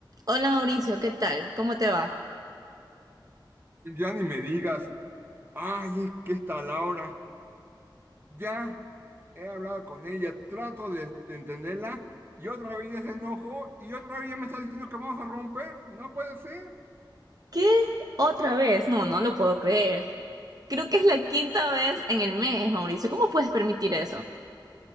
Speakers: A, on the right (about 50°); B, on the right (about 25°).
A: Hola Mauricio, ¿qué tal? ¿Cómo te va?
B: Ya ni me digas, ay, es que esta Laura, ya he hablado con ella, trato de, de entenderla, y otra vez ya se enojó, y otra vez ya me está diciendo que vamos a romper, no puede ser.
A: ¿Qué? ¿Otra vez? No, no lo puedo creer. Creo que es la quinta vez en el mes, Mauricio. ¿Cómo puedes permitir eso?